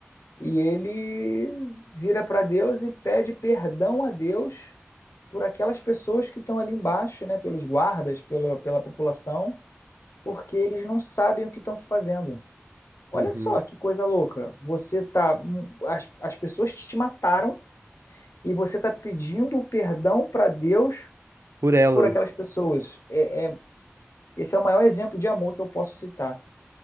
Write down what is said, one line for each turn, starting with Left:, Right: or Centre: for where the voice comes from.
Left: E ele vira para Deus e pede perdão a Deus por aquelas pessoas que estão ali embaixo, né, pelos guardas, pela, pela população, porque eles não sabem o que estão fazendo. Olha
Right: Uhum.
Left: só que coisa louca. Você tá, hum, as, as pessoas te mataram e você está pedindo o perdão para Deus
Right: Por elas,
Left: por aquelas pessoas. É, é- esse é o maior exemplo de amor que eu posso citar,